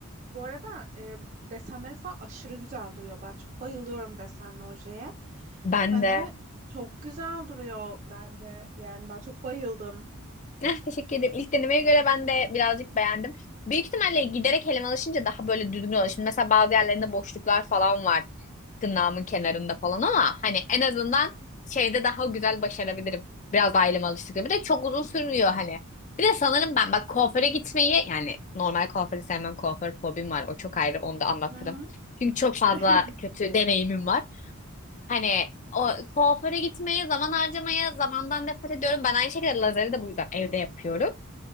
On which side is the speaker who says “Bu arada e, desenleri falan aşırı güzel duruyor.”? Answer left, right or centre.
Right